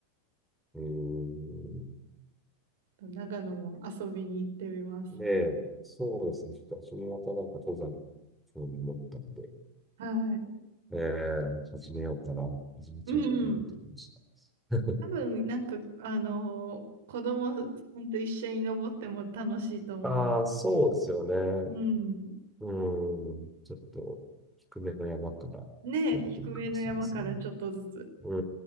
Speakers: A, in the centre; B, on the right.
A: うーん、
B: 長野も遊びに行ってみます。
A: で、そうですね。ちょっと私もまたなんか登山興味持ったんで、
B: はい。
A: えー、始めようかな。始めちゃおうかなと思いました。
B: うん。多分、なんか、あの、子供さんと一緒に登っても楽しいと思う。
A: ああー、そうですよね。
B: うん。
A: うん、ちょっと低めの山からやるといいかもしれないですね。
B: ねえ、低めの山からちょっとずつ。
A: う